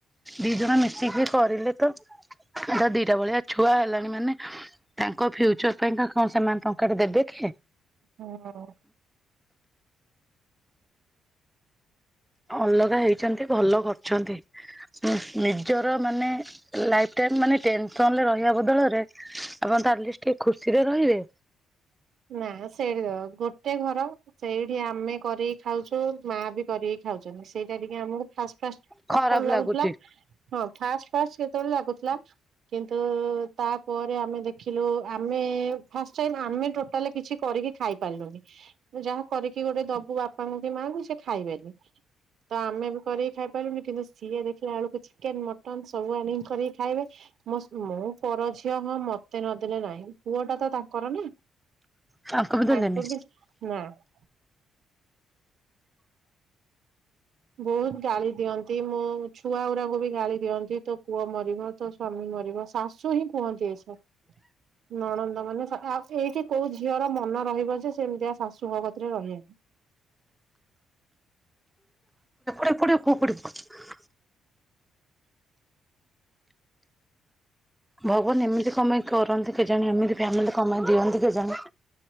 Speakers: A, in the centre; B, on the right.
A: ଦି ଜଣ ମିଶିକି କରିଲେ ତ ଏ ତ ଦିଟା ଭଳିଆ ଛୁଆ ହେଲାଣି ମାନେ। ତାଙ୍କ ଫ୍ୟୁଚର୍ ପାଇଁ କଣ ସେମାନେ ଟଙ୍କାଟେ ଦେବେ କିଏ?
B: ହଁ।
A: ଅଲଗା ହେଇଛନ୍ତି ଭଲ କରିଛନ୍ତି। ନିଜର ମାନେ ଲାଇଫ୍ ଟା ମାନେ ଟେନସନରେ ରହିବା ବଦଳରେ ଆପଣ ତ ଆଟଲିଷ୍ଟ ଟିକେ ଖୁସିରେ ରହିବେ।
B: ନା ସେଇଠି ତ ଗୋଟେ ଘର। ସେଇଠି ଆମେ କରିକି ଖାଉଛୁ, ମାଁ ବି କରିକି ଖାଉଛନ୍ତି ସେଇଟା ଟିକେ ଆମକୁ ଫାଷ୍ଟ ଫାଷ୍ଟ,
A: ଖରାପ
B: ଅକୱାଡ ଲାଗୁଥିଲା।
A: ଲାଗୁଛି
B: ହଁ, ଫାଷ୍ଟ ଫାଷ୍ଟ କେତେବେଳେ ଲାଗୁଥିଲା କିନ୍ତୁ, ତାପରେ ଆମେ ଦେଖିଲୁ ଆମେ ଫାର୍ଷ୍ଟ ଟାଇମ ଆମେ ଟୋଟାଲ କିଛି କରିକି ଖାଇ ପାରିଲୁନି। ଯାହା କରିକି ଗୋଟେ ଦବୁ ବାପାଙ୍କୁ ମାଆଙ୍କୁ ସେ ଖାଇବେନି। ତ ଆମେ ବି କରିକି ଖାଇପାରିଲୁନି କିନ୍ତୁ ସିଏ ଦେଖିଲା ବେଳକୁ ଚିକେନ ମଟନ ସବୁ ଆଣିକି କରିକି ଖାଇବେ। ମୁଁ ପର ଝିଅ ହଁ ମତେ ନଦେଲେ ନାହିଁ ପୁଅଟା ତ ତାଙ୍କର ନା।
A: ତାଙ୍କୁ ବି ଦେଲେନି।
B: ତାଙ୍କ ବି <unintelligible> ବହୁତ ଗାଳି ଦିଅନ୍ତି, ମୋ ଛୁଆ ଗୁଡାକୁ ବି ଗାଳି ଦିଅନ୍ତି, ତୋ ପୁଅ ମରିବ। ତ ସ୍ଵାମୀ ମରିବ, ଶାଶୁ ହିଁ କୁହନ୍ତି ଏସବୁ। ନଣନ୍ଦ ମାନେ ଆଉ ଏଇଠି କୋଉ ଝିଅର ମନ ରହିବ ଯେ ସେମିତିଆ ଶାଶୁଙ୍କ କତିରେ ରହିବାକୁ।
A: <unintelligible> ଭଗବାନ ଏମିତି କଣ ପାଇଁ କରନ୍ତି କେଜାଣି ଏମିତି ଫ୍ୟାମିଲି କଣ ପାଇଁ ଦିଅନ୍ତି କେଜାଣି।